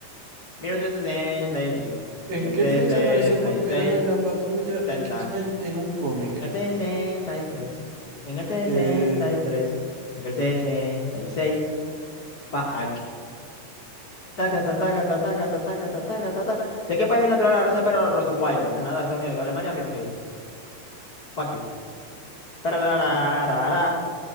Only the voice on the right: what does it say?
¿En
qué
fecha apareció por primera vez la patrulla
X-Men en un cómic?
Eh,
me